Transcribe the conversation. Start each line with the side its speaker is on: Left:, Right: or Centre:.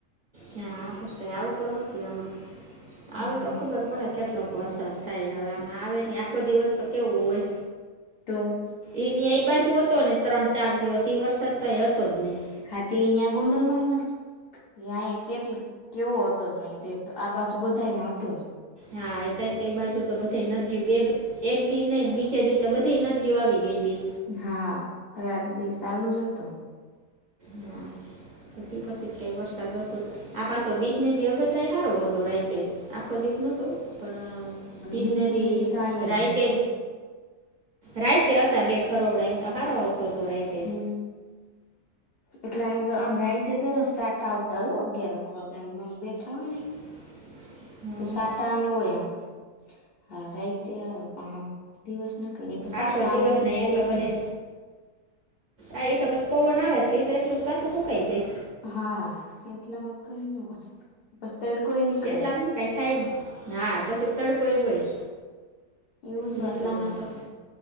Right: હ આ પ આવતો નથી આમાં
Left: હમ
Right: આવે તો ખબર પડે કેટલો વરસાદ, થાય હવે આમાં આવે નને આખો દિવસ તો કેવું હોય.
Left: તો.
Right: એ ન્યા એ બાજુ હતો ને ત્રણ ચાર દિવસ એ વરસાદ તો હતો જ નઈ.
Left: હા તે અહીંયા ગોંડલમાં ન એ અહીયાયા કેટલી કેવો હતો અહી આ બાજુ બધામાં હતો જ
Right: હા એત્યા તે બાજુ તો બધે નદી બે એક દી નહી ને બીજે દી તો બધી નદીઓ આવી ગઈ તી
Left: હા આત દ ચાલુ જ હતો.
Right: ના અતી પછીત કરી વરસાદ હતો. આ પાછો બીજ ન દિ અવેતરાય સારો હતો રાઈતે આખો દીજ ન હતું. પણ બીજ
Left: બીસ
Right: ને દી
Left: તો અહીયા
Right: રાયતે
Left: નતો
Right: રાઈતે હતા બે ખરોવડા એમ તો હારો આવતો હતો રાય
Left: હમ. એટલે અ તો આમ રાઈટે દરસ સાટ આવતા હોય અગિયારક વાગેમ બેઠા હોય ને
Right: <inaudible> <unintelligible> હમ.
Left: તો સાટા ન હોય આમ હા રાઈતે આવ આમ. દિવસ ના કઈ સાત
Right: આખો
Left: આમ
Right: દિવસ
Left: કઈ બોવુ
Right: એટલો બધે
Left: ને.
Right: આ ઇ ત બસ પોવન આવેટલી તો એટલું જ પાછું શું કઈ જાય.
Left: હા એટલા માં કઈ નોય બસ તડકોય. નીકળે
Right: એટલામને કાઈ થાય નને હા પછી તડકો એ હોય.
Left: એવું જ
Right: લેટલામાં
Left: વાતાવરણ
Right: તો
Left: છે